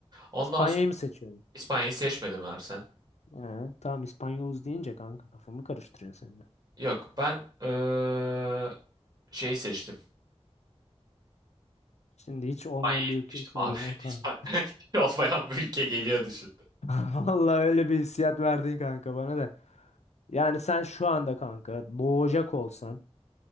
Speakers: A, on the right; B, on the left.
A: Ondan
B: İspanya'yı
A: sonra
B: mı seçiyorum?
A: İspanya'yı seçmedim Ersen.
B: Ee, tamam İspanyoluz deyince kanka kafamı karıştırıyorsun sen de.
A: Yok. Ben eee, şeyi seçtim.
B: Şimdi hiç olmayan
A: İspanya'yı
B: bir ülke
A: seçtim
B: söyleyeceksin
A: abi. <laughs>
B: kanka.
A: İspanya hiç olmayan bir ülke geliyordu şimdi.
B: <laughs> Vallahi öyle bir hissiyat verdin kanka bana da. Yani sen şu anda kanka boğacak olsan.